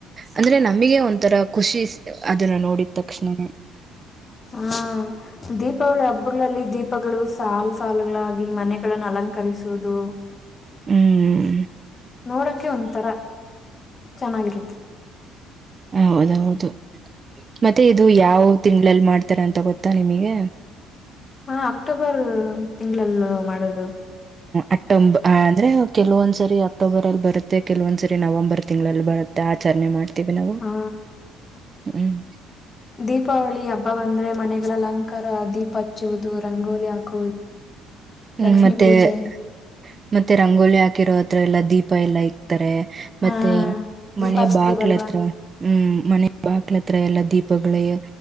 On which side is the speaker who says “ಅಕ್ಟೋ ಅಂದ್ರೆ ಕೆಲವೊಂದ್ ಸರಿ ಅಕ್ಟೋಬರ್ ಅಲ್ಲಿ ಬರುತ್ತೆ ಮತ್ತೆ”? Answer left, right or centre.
Right